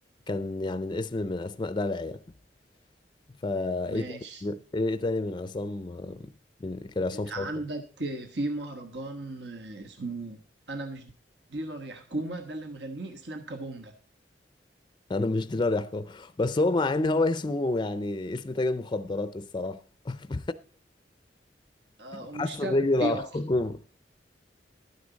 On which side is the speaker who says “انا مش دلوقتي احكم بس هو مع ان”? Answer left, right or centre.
Left